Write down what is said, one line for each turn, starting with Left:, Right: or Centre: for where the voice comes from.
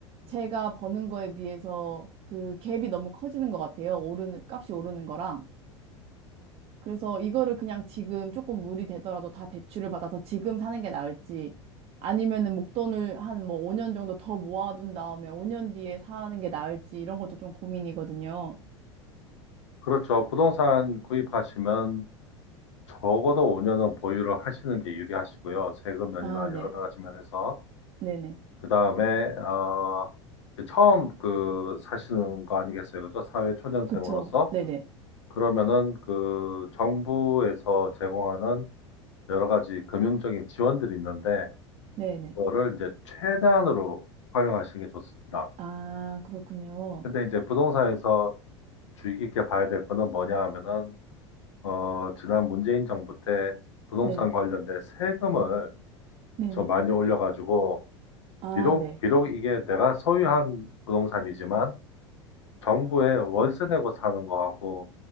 Right: 제가 버는 거에 비해서 그 갭이 너무 커지는 것 같아요. 오르는, 값이 오르는 거랑. 그래서 이거를 그냥 지금 조금 물이 되더라도 다 대출을 받아서 지금 사는 게 나을지 아니면은 목돈을 한 뭐 5년 정도 더 모아둔 다음에 5년 뒤에 사는 게 나을지 이런 것도 좀 고민이거든요.
Left: 그렇죠. 부동산 구입하시면 적어도 5년은 보유를 하시는 게 유리하시고요. 세금 면이나
Right: 아, 네.
Left: 여러 가지 면에서
Right: 네네.
Left: 그다음에 어 처음 그 사시는 거 아니겠어요? 그죠? 사회 초년생으로서
Right: 그쵸. 네네.
Left: 그러면은 그 정부에서 제공하는 여러 가지 금융적인 지원들이 있는데
Right: 네네.
Left: 그거를 이제 최대한으로 활용하시는 게 좋습니다.
Right: 아, 그렇군요.
Left: 근데 이제 부동산에서 주의 깊게 봐야 될 거는 뭐냐 하면은, 어, 지난 문재인 정부 때 부동산
Right: 네.
Left: 관련된 세금을
Right: 네네.
Left: 좀 많이 올려가지고,
Right: 아,
Left: 비록,
Right: 네.
Left: 비록 이게 내가 소유한 부동산이지만, 정부에 월세 내고 사는 거하고